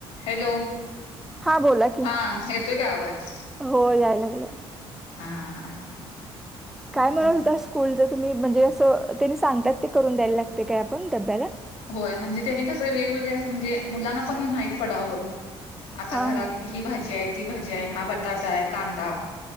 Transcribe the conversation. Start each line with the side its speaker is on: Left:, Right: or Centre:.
Left: Hello
Centre: हा बोला की
Left: हा येतोय का आवाज
Centre: हो याय लागलंय
Left: हा हा हा हा.
Centre: काय
Left: मग
Centre: म्हणत होतास. स्कूलच तुम्ही म्हणजे असं त्यांनी सांगतात ते करून द्यायला लागते काय आपण डब्याला
Left: होय म्हणजे त्यांनी कसं वेगवेगळे असं म्हणजे मुलांना पण हे माहित पडावं आता
Centre: हा
Left: घरात
Centre: हा
Left: ही भाजी आहे ती भाजी आहे हा बटाटा आहे कांदा